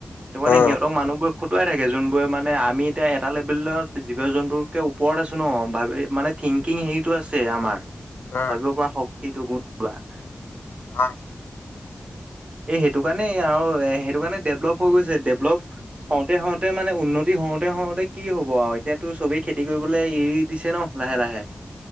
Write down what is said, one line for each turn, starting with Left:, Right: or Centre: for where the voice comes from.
Right: সেইটো
Left: উম
Right: মানে সিহঁতক মানুহবোৰ খুদ উটাই থাকে জোনবোৰে মানে আমি এতিয়া এটা লেভেলত জীৱ জন্তুতকে ওপৰত আছো ন, ভাবে মানে থিংকিং হেৰিটো আছে আমাৰ।
Left: উম
Right: ভাবিব পৰা শক্তিটো <unintelligible>
Left: হয়।
Right: এই সেইটো কাৰণে আৰু সেইটো কাৰণে ডেভলপ হৈ গৈছে, ডেভলপ হওঁতে হওঁতে মানে উন্নতি হওঁতে, হওঁতে কি হব আৰু এতিয়াতো চবেই খেতি কৰিবলৈ এৰি দিছে নহ লাহে লাহে।